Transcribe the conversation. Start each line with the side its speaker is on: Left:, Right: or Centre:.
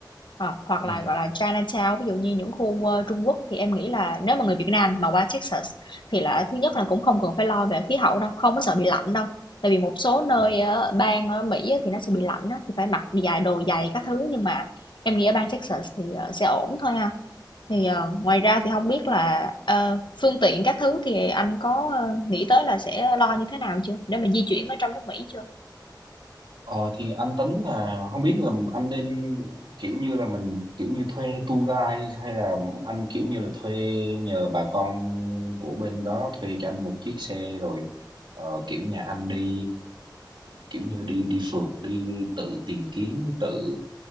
Left: Ờ, hoặc là,
Right: ừ
Left: gọi là, Chinatown, ví dụ như những khu, ơ, Trung Quốc thì em nghĩ là nếu mà người Việt Nam mà qua Texas thì là thứ nhất là cũng không cần phải lo về khí hậu đâu, không có sợ bị lạnh đâu. Tại vì một số nơi
Right: ừ
Left: ở bang ở Mỹ á thì nó sẽ bị lạnh á, thì phải mặc dài đồ dày các thứ, nhưng mà em nghĩ ở bang Texas thì, ờ, sẽ ổn thôi ha. Thì, ờ, ngoài ra thì không biết là, ờ, phương tiện các thứ thì anh có, ơ, nghĩ tới là sẽ lo như thế nào chưa? Để mà di chuyển ở trong nước Mỹ chưa?
Right: ờ thì anh tính là không biết là anh nên kiểu như là mình kiểu như thuê tour guide hay là anh kiểu như là thuê nhờ bà con của bên đó thuê cho anh một chiếc xe rồi ờ, kiểu nhà anh đi kiểu như đi đi phượt đi tự tìm kiếm tự